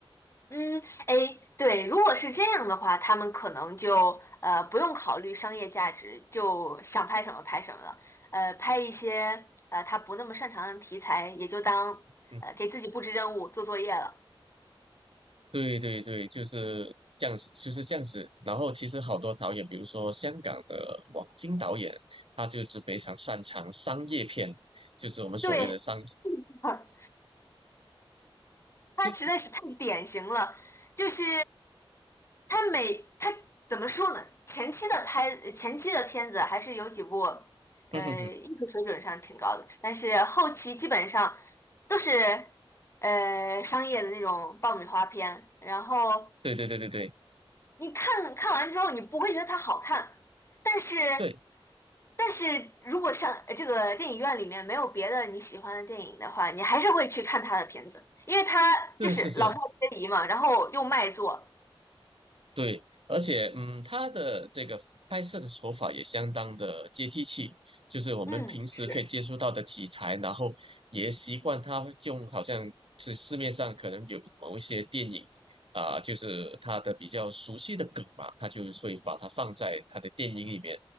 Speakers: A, on the left; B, on the right.
A: 嗯，哎，对，如果是这样的话，他们可能就呃不用考虑商业价值，就想拍什么拍什么了。呃，拍一些呃他不那么擅长的题材，也就当呃给自己布置任务、
B: 嗯，
A: 做作业了。
B: 对对对，就是这样子，就是这样子。然后其实好多导演，比如说香港的王晶导演，他就是非常擅长商业片，就是我们所谓的商，
A: 对，<laughs> 他实在是太典型了，
B: 就
A: 就是他每他怎么说呢？前期的拍前期的片子还是有几部，
B: <laughs>
A: 呃，
B: 嗯哼哼，
A: 艺术水准上挺高的，但是后期基本上都是呃商业的那种爆米花片，然后
B: 对对对对对
A: 你看看完之后，你不会觉得它好看，但是。
B: 对，
A: 但是如果像呃这个电影院里面没有别的你喜欢的电影的话，你还是会去看他的片子，因为他就是老少皆宜嘛，
B: 是是是，
A: 然后又卖座。
B: 对，而且嗯，他的这个拍摄的手法也相当的接地气，就是我们平时可以接触到的题材，
A: 嗯，是
B: 然后也习惯他用好像是市面上可能有某一些电影啊、就是他的比较熟悉的梗嘛，他就会把它放在他的电影里面，